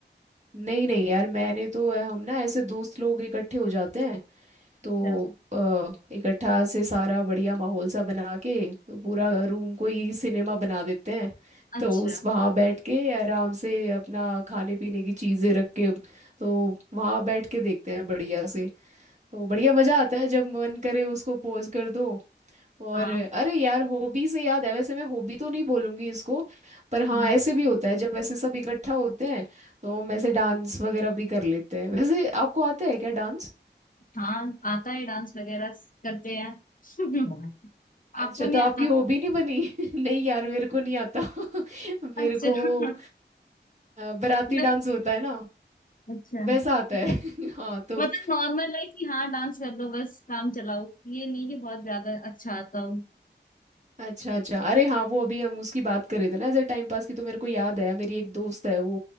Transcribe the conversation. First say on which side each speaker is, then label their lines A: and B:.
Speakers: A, on the right (about 40°); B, on the left (about 45°).
A: नहीं नहीं यार मैंने तो अ, हम ना ऐसे दोस्त लोग इकट्ठे हो जाते हैं तो
B: अच्छा
A: अ, इकट्ठा से सारा बढ़िया माहौल सा बना के पूरा रूम को ही सिनेमा बना देते हैं तो
B: अच्छा
A: उस वहाँ बैठ के आराम से अपना खाने पीने की चीज़ें रख के तो वहाँ बैठ के देखते हैं बढ़िया से तो बढ़िया मजा आता है जब मन करे उसको पोज कर दो और
B: हाँ
A: अरे यार हॉबी से याद है वैसे मैं हॉबी तो नहीं बोलूंगी इसको पर
B: हम्म,
A: हाँ ऐसे भी होता है जब ऐसे सब इकट्ठा होते हैं तो हम ऐसे डांस वगैरह भी कर लेते हैं वैसे आपको आता है क्या डांस
B: हाँ आता है डांस वगैरह करते हैं <laughs> आपको
A: अच्छा
B: नहीं
A: तो आपकी
B: आता
A: हॉबी नहीं बनी <laughs> नहीं यार मेरे को नहीं आता <laughs> मेरे
B: अच्छा
A: को
B: <laughs>
A: वो
B: नहीं
A: अ, बाराती
B: मतलब-
A: डांस होता है ना
B: अच्छा
A: वैसा
B: नहीं
A: आता है <laughs> हाँ तो
B: मतलब नॉर्मल है कि हाँ डांस कर लो बस काम चलाओ ये नहीं कि बहुत ज्यादा अच्छा आता हो
A: अच्छा अच्छा अरे हाँ वो अभी हम उसकी बात कर रहे थे ना एज टाइम पास की तो मेरे को याद है मेरी एक दोस्त है वो